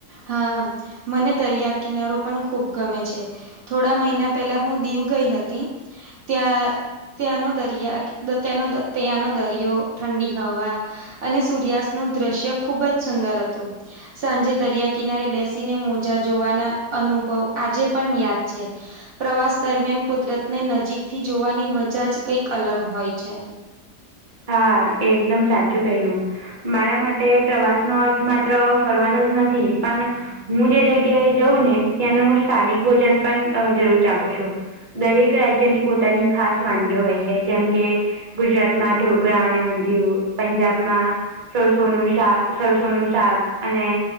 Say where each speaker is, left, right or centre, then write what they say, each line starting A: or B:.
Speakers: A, on the right; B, on the right.
A: હા મને દરિયાકિનારો પણ ખૂબ ગમે છે. થોડા મહિના પેલા હું દીવ ગઈ હતી ત્યાં ત્યાંનો દરિયા ક તેનો દ ત્યાંનો દરિયો ઠંડી હવા અને સૂર્યાસ્ત નું દ્રશ્ય ખુબ જ સુંદર હતો. સાંજે દરિયા કિનારે બેસીને મોજા જોવાના અનુભવ આજે પણ યાદ છે. પ્રવાસ દરમિયાન કુદરતને નજીક થી જોવાની મજા જ કંઈક અલગ હોય છે.
B: હા એ એકદમ સાચું કહ્યું. મારા માટે પ્રવાસ નો અર્થ માત્ર ફરવાનો જ નથી પણ હું જે જગ્યાએ જઉં ને ત્યાંનું સ્થાનિક ભોજન પણ અ જરૂર ચાખું છું. દરેક રાજ્યની પોતાની ખાસ વાનગીઓ હોય છે જેમ કે ગુજરાતમાં ઢોકળા અને ઊંધિયું પંજાબમાં સોસો નું શાક સરસો નું શાક અને